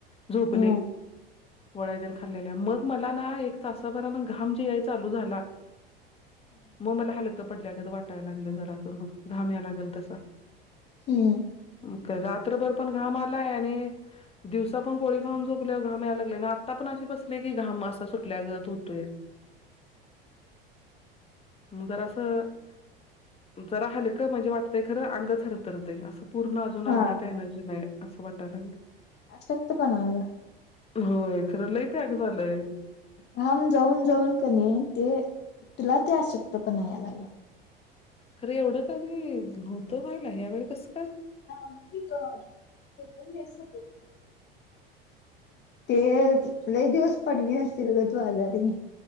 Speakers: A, on the left (about 20°); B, on the left (about 35°).
A: झोपले.
B: हम्म
A: गोळ्या तेन खाल्लेल्या मग मला ना एक तासाबरानं घाम जे याय चालू झाला. मग मला हलकं पडल्यागत वाटायला लागलं जरास मग घाम याय लागल तसा.
B: हम्म.
A: मग काय रात्रभर पण घाम आलाय आणि दिवसा पण गोळी खाऊन झो पल्या घाम याय लागला आणि आता पण असे बसले की घाम असा सुटल्यागत होतोया. मग जरासं जरा हलकं म्हणजे वाटतंय खर आंग थरथरतंय असं पूर्ण आ जून अंगात
B: हा
A: एनर्जी नाही आसं वाटाय लागलंय.
B: आशक्तपणा ग.
A: होय खरं लयी पॅक झालंय.
B: घाम जाऊन जाऊन क णी ते तुला ते आशक्तपणा याय लागलायं.
A: खरं एवढं कधी नव्हतं व्हायला ह्यवेळी कस
B: <unintelligible> तेच लई दिवस पडली नसतील ग तू आजारी.